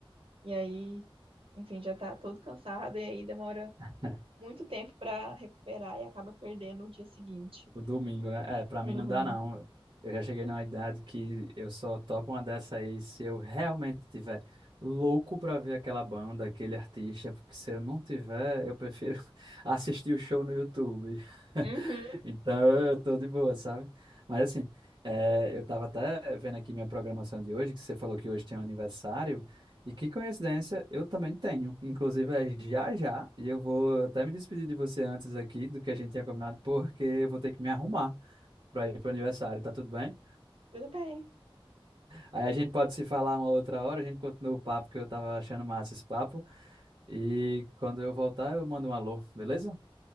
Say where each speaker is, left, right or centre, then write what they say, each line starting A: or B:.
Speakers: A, on the right (about 75°); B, on the right (about 50°).
A: E aí, enfim, já tá todo cansado e aí demora
B: <laughs>
A: muito tempo pra recuperar e acaba perdendo o dia seguinte,
B: O domingo, né? É, pra
A: no
B: mim
A: domingo.
B: não dá, não. Eu já cheguei numa idade que eu só topo uma dessa aí se eu realmente tiver louco pra ver aquela banda, aquele artista, porque se eu não tiver, eu prefiro <laughs> assistir o show no YouTube. <laughs>
A: Uhum,
B: Então eu tô de boa, sabe? Mas assim, é, eu tava até vendo aqui minha programação de hoje, que você falou que hoje tem um aniversário. E que coincidência, eu também tenho. Inclusive, é já já, e eu vou até me despedir de você antes aqui do que a gente tinha combinado, porque eu vou ter que me arrumar para ir pro aniversário, tá tudo bem?
A: tudo bem.
B: Aí a gente pode se falar uma outra hora, a gente continua o papo, que eu tava achando massa esse papo. E quando eu voltar, eu mando um alô, beleza?